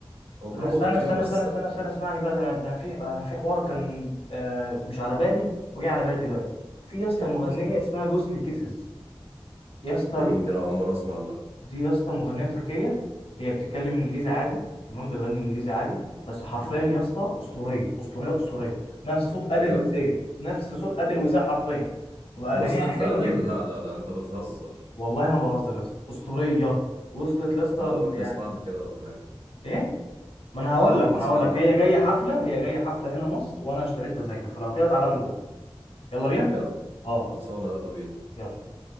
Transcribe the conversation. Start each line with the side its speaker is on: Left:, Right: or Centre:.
Right: هو
Left: ده
Right: كلهم
Left: انا استنى
Right: أوتو تيون
Left: استنى
Right: بس
Left: استنى استنى استنى اسمعني بقى ده انا ده انا في أنا في حوار كان آه، مش على بالي وجاي على بالي دلوقتي في يا اسطى
Right: إيه اللي
Left: مغنيه
Right: حصل قول
Left: اسمها جوستلي كيسز يا اسطى
Right: دي مين دي أنا أول مرة أسمع عنها
Left: دي يا اسطى مغنيه تركيه هي بتتكلم انجليزي عادي تمام بتغني انجليزي عادي بس حرفيا
Right: أمم،
Left: يا اسطى اسطوريه اسطوريه اسطوريه نفس صوت
Right: بجد
Left: ادل وسيه نفس صوت ادل وسيه حرفيا واغانيها
Right: وصلت
Left: حلوه
Right: لأدل
Left: جدا
Right: لا لا لا أنت بتهزر
Left: والله ما بهزر يا اسطى اسطوريه وصلت يا
Right: طب
Left: اسطى
Right: تعال
Left: ال-
Right: نروح نسمعها
Left: يعني
Right: كده ولا حاجة
Left: ايه ما انا هقول
Right: تعال نروح
Left: لك ما
Right: نسمعها
Left: انا هقول لك هي جايه حفله هي جايه حفله هنا مصر وانا اشتريت تذاكر فلو كده تعالى نروح يلا بينا
Right: بجد
Left: اه
Right: خلصانه يلا بينا
Left: يلا